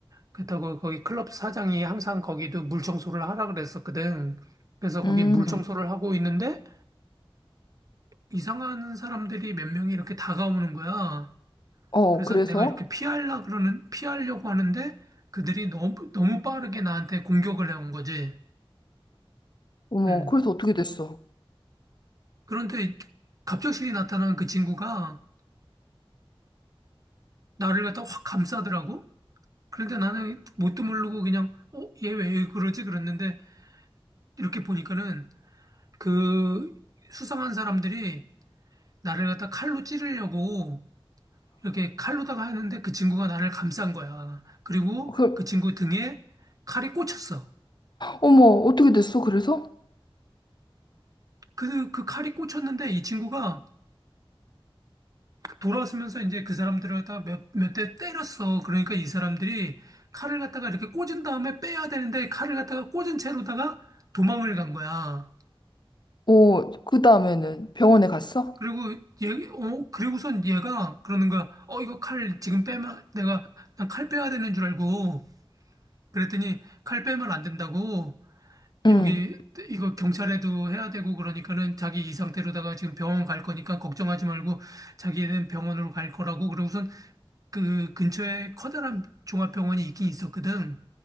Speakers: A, on the right (about 40°); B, on the left (about 50°).
A: 그렇다고 거기 클럽 사장이 항상 거기도 물청소를 하라 그랬었거든. 그래서
B: 음,
A: 거기 물청소를 하고 있는데 이상한 사람들이 몇 명이 이렇게 다가오는 거야.
B: 어,
A: 그래서
B: 그래서?
A: 내가 이렇게 피하려 그러는 피하려고 하는데 그들이 너무 너무 빠르게 나한테 공격을 해온 거지.
B: 어머,
A: 음.
B: 그래서 어떻게 됐어?
A: 그런데 갑작스레 나타난 그 친구가 나를 갖다 확 감싸더라고. 그런데 나는 뭣도 모르고 그냥 어, 얘 왜 그러지? 그랬는데 이렇게 보니까는 그 수상한 사람들이 나를 갖다 칼로 찌르려고 이렇게 칼로다가 하는데 그 친구가 나를 감싼 거야. 그리고
B: 그,
A: 그 친구 등에 칼이 꽂혔어.
B: 어머, 어떻게 됐어? 그래서?
A: 그, 그 칼이 꽂혔는데 이 친구가 돌아서면서 이제 그 사람들을 갖다가 몇, 몇 대 때렸어. 그러니까 이 사람들이 칼을 갖다가 이렇게 꽂은 다음에 빼야 되는데 칼을 갖다가 꽂은 채로다가 도망을 간 거야.
B: 어, 그 다음에는 병원에 갔어?
A: 그리고 얘, 어, 그리고선 얘가 그러는 거야. 어, 이거 칼 지금 빼면 내가 난 칼 빼야 되는 줄 알고 그랬더니 칼 빼면 안 된다고
B: 응,
A: 여기 이거 경찰에도 해야 되고 그러니까는 자기 이 상태로다가 지금 병원 갈 거니까 걱정하지 말고 자기는 병원으로 갈 거라고 그러고선 그 근처에 커다란 종합병원이 있긴 있었거든.